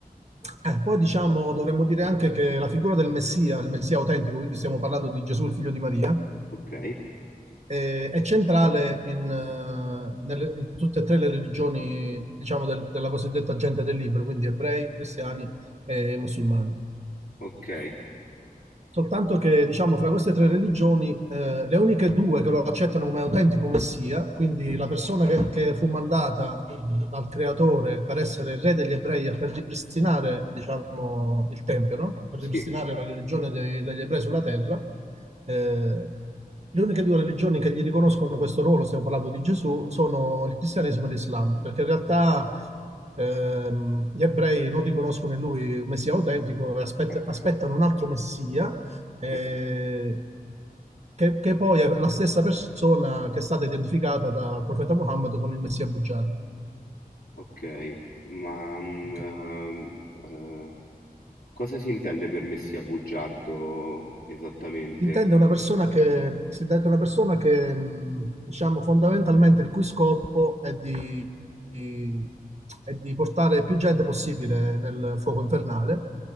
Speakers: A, on the right (about 45°); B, on the left (about 80°).
A: Eh, poi diciamo, dovremmo dire anche che la figura del Messia, il Messia autentico, quindi stiamo parlando di Gesù, il figlio di Maria,
B: ok,
A: eh, è centrale in, eh, nelle- in tutte e tre le religioni, diciamo, del- della cosiddetta gente del libro, quindi ebrei, cristiani e musulmani.
B: ok,
A: Soltanto che, diciamo, fra queste tre religioni, eh, le uniche due che lo accettano come autentico messia, quindi la persona che, che fu mandata dal creatore per essere il re degli ebrei e per ripristinare, diciamo, il tempio, no? Per
B: sì,
A: ripristinare la religione dei- degli ebrei sulla terra, eh, le uniche due religioni che gli riconoscono questo ruolo, stiamo parlando di Gesù, sono il cristianesimo e l'Islam, perché in realtà ehm, gli ebrei non riconoscono in lui un messia autentico e aspett-
B: ecco,
A: aspettano un altro messia eh,
B: certo.
A: che, che poi è la stessa persona che è stata identificata dal profeta Muhammad con il Messia bugiardo.
B: Okay, ma, mhmm,
A: Ok.
B: ehm, ehm, cosa si intende per me sia bugiardo esattamente?
A: Si Intende una persona che, si intende una persona che, mh, diciamo, fondamentalmente il cui scopo è di, di- è di portare più gente possibile nel fuoco infernale